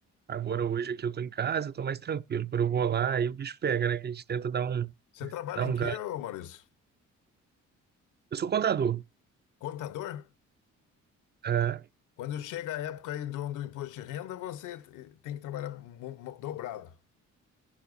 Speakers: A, on the right; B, on the left.
A: agora hoje aqui eu tô em casa, eu tô mais tranquilo. Quando eu vou lá, aí o bicho pega, né? Que a gente tenta dar um,
B: Você trabalha
A: dar
B: em
A: um
B: quê,
A: gás.
B: ô Maurício?
A: Eu sou contador.
B: Contador?
A: é.
B: Quando chega a época aí do, do imposto de renda, você te- tem que trabalhar mu- mu- dobrado.